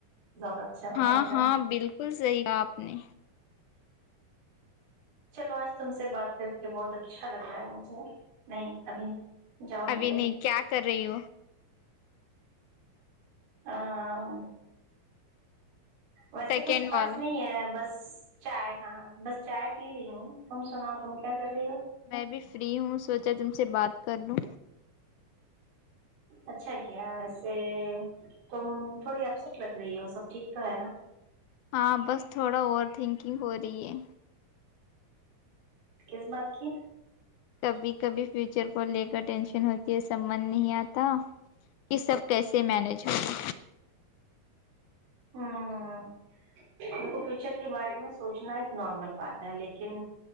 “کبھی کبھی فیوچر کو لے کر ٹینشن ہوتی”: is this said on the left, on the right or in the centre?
Left